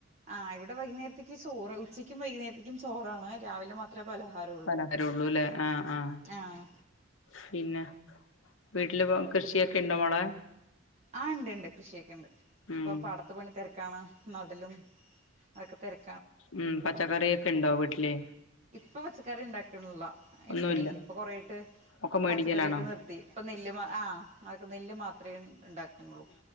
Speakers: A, on the right; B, on the left.
A: ആ ഇവിടെ വൈകുന്നേരതുക്കും ചോറ് ഉച്ചയ്ക്കും വൈകുന്നേരത്തക്കും ചോറാണ് രാവിലെ മാത്രമേ പലഹാരം
B: പലഹാരം ഉള്ളൂ അല്ലെ ആഹ് ആഹ
A: ആഹ്
B: പിന്നെ വീട്ടില് ഇപ്പൊ കൃഷിയൊക്കെ ഇണ്ടോ മോളെ
A: ആഹ് ഇണ്ട് ഇണ്ട് കൃഷിയൊക്കെ ഇണ്ട്
B: ഉം
A: ഇപ്പൊ പടത്ത്ു പണി തിരക്ക ക്കണ നാട്ടിലും അതൊക്കെ തിരക്ക
B: ഉം പച്ചക്കറി ഒക്കെണ്ടോ വീട്ടില്
A: ഇപ്പൊ പച്ചക്കറി ഇണ്ടാക്കിനിള്ള
B: ഒന്നുല്ല
A: എപ്പഴ ഇ ഇപ്പോ കൊറായിട്ട്
B: ഒക്കെ മേടിക്കലാണോ
A: പച്ചക്കറിയൊക്കെ നിർത്തി ഇപ്പം നെല്ല് ആ അതൊക്കെ നെല്ല് മാത്രമേ ഇണ്ടാകുന്നോള്ളൂ